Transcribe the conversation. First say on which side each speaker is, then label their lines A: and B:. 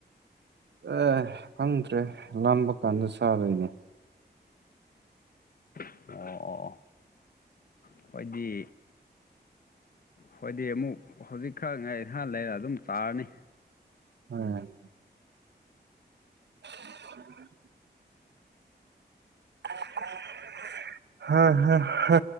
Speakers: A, on the right; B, on the left.
A: ꯑꯦ ꯈꯪꯗ꯭ꯔꯦ ꯂꯥꯝꯕ ꯀꯥꯟꯗ ꯆꯥꯗꯣꯏꯅꯦ
B: ꯑꯣ ꯑꯣ ꯑꯩ ꯈꯣꯏꯗꯤ ꯍꯣꯏꯗꯤ ꯑꯃꯨꯛ ꯍꯧꯖꯤꯛ ꯈꯛ ꯉꯥꯏꯍꯥꯛ ꯂꯩꯔ ꯑꯗꯨꯝ ꯆꯥꯔꯅꯤ
A: ꯍꯣꯢ <unintelligible> <unintelligible> ꯍꯥ ꯍ